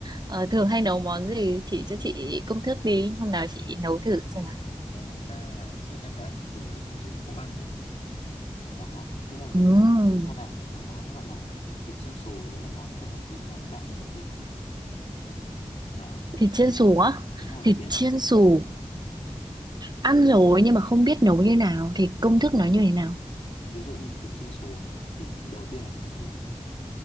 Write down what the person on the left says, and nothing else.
Em thật ra là trước em đã từng nấu cho người yêu cũ ăn rồi. Đó, cái lần đợt
Ờ, đấy em nấu cho bạn thì cái món gọi là thịt chiên xù, đấy là món của em thích và bạn ấy cũng thích. Đó,
thịt
đúng rồi,
biết
không?
À,
ví dụ như thịt chiên xù nhé, thì đầu tiên là cái phần thịt.